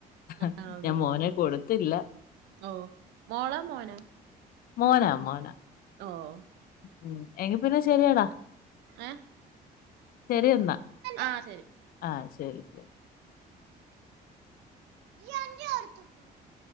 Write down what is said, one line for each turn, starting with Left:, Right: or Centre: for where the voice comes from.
Left: ഹാ
Right: ആ, അതന്നെ
Left: ഞാൻ മോനെ കൊട്ത്തില്ലാ
Right: ഓ മോള മോന
Left: മോനാണ്
Right: ഓഹ്
Left: ഉം എങ്കി പിന്നെ ശെരിയാടാ
Right: ഏ
Left: ശെരി എന്നാ
Right: ആ ശരി
Left: ആഹ് ശെരി ശെരി
Right: <unintelligible>